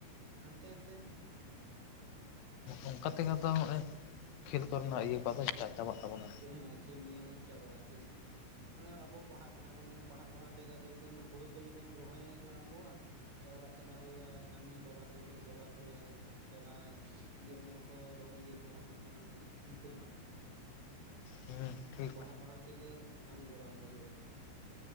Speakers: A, on the right; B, on the left.
A: ᱦᱟᱱᱛᱮᱛᱮ,
B: ᱚᱱᱠᱟ ᱛᱮᱜᱮ ᱟᱫᱚ ᱱᱚᱜᱼᱚᱭ ᱠᱷᱮᱞ ᱠᱚᱨᱮᱱᱟᱜ ᱤᱭᱟᱹ ᱠᱚᱫᱚ ᱪᱟ ᱪᱟᱵᱟᱜ ᱛᱟᱵᱚᱱᱟ᱾
A: ᱪᱮᱫ ᱦᱮᱸ ᱠᱷᱮᱞ ᱤᱭᱟᱹ ᱚᱱᱟ ᱫᱚ ᱪᱟᱵᱟᱜ-ᱟ ᱟᱥᱛᱮ ᱟᱥᱛᱮ, ᱚᱱᱮ ᱟᱵᱚ ᱯᱟᱲᱦᱟᱜ ᱠᱟᱱᱟ ᱵᱚᱱ ᱯᱟᱲᱦᱟᱣ ᱯᱟᱲᱦᱟᱣ ᱛᱮᱜᱮ ᱡᱚᱠᱷᱚᱱ ᱦᱩᱲᱩ ᱠᱚ ᱡᱚᱠᱷᱚᱱ ᱨᱚᱦᱚᱭ ᱟᱨᱟᱢᱵᱷᱚᱜᱼᱟ᱾ ᱟᱫᱚ ᱚᱲᱟᱜ ᱪᱟᱞᱟᱜ ᱦᱩᱭᱩᱜᱼᱟ ᱠᱟᱹᱢᱤ ᱵᱟᱵᱟ ᱛᱟᱠᱚ ᱠᱟᱹᱴᱤᱡ ᱜᱚᱲᱚ ᱟᱠᱚ ᱦᱩᱭᱩᱜᱼᱟ᱾ ᱛᱚᱞᱟ ᱜᱮᱢᱮᱨ ᱠᱚ ᱨᱚᱦᱚᱭ ᱤᱭᱟᱹ ᱠᱚ ᱦᱟᱱᱟ ᱱᱟᱣᱟ ᱠᱚ ᱵᱷᱤᱛᱟᱹᱢᱟᱜ ᱠᱚ᱾
B: ᱦᱮᱸ ᱴᱷᱤᱠ
A: ᱯᱟᱲᱦᱟᱜ ᱯᱟᱲᱦᱟᱜ ᱛᱮᱜᱮ ᱠᱟᱹᱢᱤ ᱜᱚᱲᱚ ᱟᱠᱚ ᱦᱩᱭᱩᱜᱼᱟ᱾